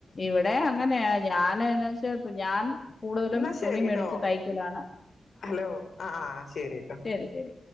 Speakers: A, on the left; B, on the left.
A: ഇവടെ അങ്ങനെയ ഞാന് യെന്ന് വെച്ചാ ഞാൻ കൂടുതലും
B: എന്നാ ശരിട്ടോ
A: തുണി മേടിച്ച് തെയ്ക്കലാണ്
B: ഹലോ ആാ ആാ ശെരിട്ടോ
A: ശരി ശരി